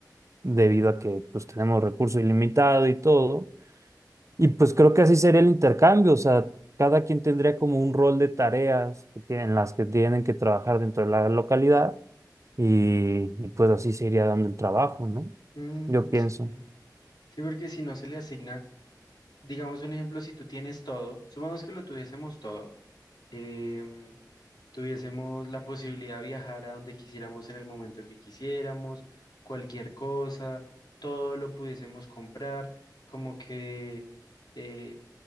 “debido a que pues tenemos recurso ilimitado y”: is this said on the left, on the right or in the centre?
Right